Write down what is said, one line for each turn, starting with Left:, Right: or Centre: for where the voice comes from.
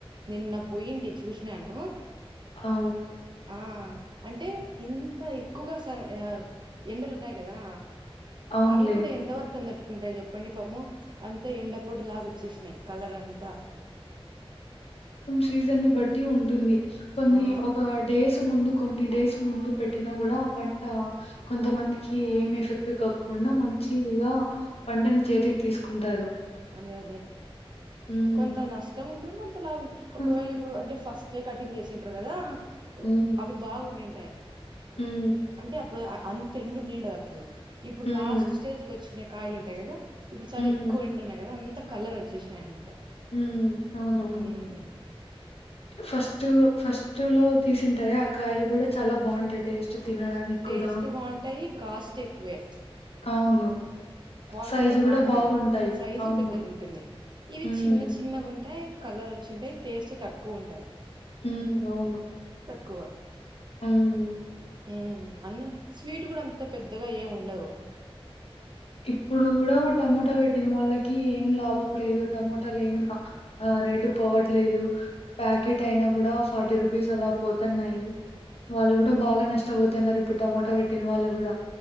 Right: నిన్న పోయింటి చూసినాను
Left: అ
Right: ఆ అంటే ఇంత ఎక్కువగా స ఆ ఎండలు ఉన్నాయి కదా
Left: అవునులే
Right: అవి కూడా ఎంతవరకు కం దట్టుకుంటాయి చెప్పండి పాపము అంత ఎండపొడు లాగ వచ్చేసినాయి కలర్ అంతా
Left: సీజన్ ని బట్టి ఉంటుంది కొన్ని
Right: ఆ
Left: ఒక డేస్ ముందు కొన్ని డేస్ ముందు పెట్టినా కూడా ఆ పంట కొంతమందికి ఏం ఎఫెక్ట్ కాకుండా మ మంచిగా పంటని చేతికి తీసుకుంటారు
Right: అదే అదే
Left: హ్మ్
Right: కొంత నష్టం ఉంటుంది కొంత లాభం
Left: కొన్
Right: ఒకవేళ ఇప్పుడు అంటే ఫస్ట్ వస్తే కటింగ్ చేసింటారు కదా
Left: హ్మ్
Right: అవి బాగున్నిడింటాయి
Left: హ్మ్
Right: అంటే అప్పుడు అంత ఎండు నిండది అప్పుడు ఇప్పుడు
Left: హ్మ్
Right: లాస్ట్ స్టేజ్కి వచ్చినే కాయలు ఉంటాయి కదా ఇప్పుడు చాలా
Left: హ్మ్
Right: ఎక్కువ ఎండు ఉన్నాయి కదా అంతా కలర్ వచ్చేసినాయి అనమాట
Left: ఉమ్ అవునవును
Right: ఉమ్
Left: ఫస్ట్ ఫస్ట్ లో తీసింటార ఆ కాయలు కూడా చాలా బాగుంటాయి టేస్ట్ తినడానికి
Right: టేస్ట్
Left: కూడా
Right: బాగుంటాయి కాస్ట్ ఎక్కువే
Left: అవును
Right: క్వాలిటీ
Left: సైజు
Right: కూడా బాగుంటది
Left: బాగుంటాయి
Right: సైజు
Left: అవును.
Right: పెద్దగా ఉంటుంది ఇవి
Left: హ్మ్.
Right: చిన్న చిన్నగా ఉంటాయి కలర్ వచ్చింటాయి టేస్ట్ తక్కువ ఉంటాయి
Left: ఉమ్ అవును
Right: కువ
Left: అవును
Right: హు అన్న స్వీట్ కూడా అంత పెద్దగా ఏమి ఉండదు
Left: ఇప్పుడు కూడా టమోటా పెట్టిన వాళ్ళకి ఏం లాభం లేదు టమోటోలేం రేటు పోవట్లేదు ప్యాకెట్ అయినా కూడా ఫార్టీ రూ పీస్ అలా పోతున్నాయి వాళ్ళు కూడా బాగా నష్టపోతున్నారు ఇప్పుడు టమోటా పెట్టిన వాళ్ళు కూడా